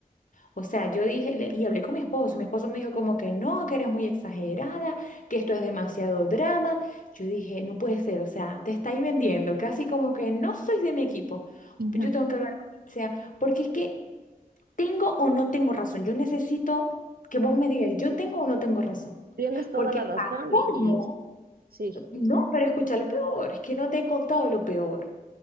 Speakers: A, on the left; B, on the right.
A: o sea, yo dije, le- y hablé con mi esposo, mi esposo me dijo como que no, que eres muy exagerada, que esto es demasiado drama. Yo dije, no puede ser, o sea, te estáis vendiendo, casi como que no sois de mi equipo.
B: Exacto.
A: Yo tengo que hablar con o sea, porque es que tengo o no tengo razón. Yo necesito que vos me digas, yo tengo o no tengo razón.
B: Tienes toda
A: Porque
B: la razón
A: para colmo,
B: y, y sí,
A: no, pero escucha lo peor, es que no te he contado lo peor.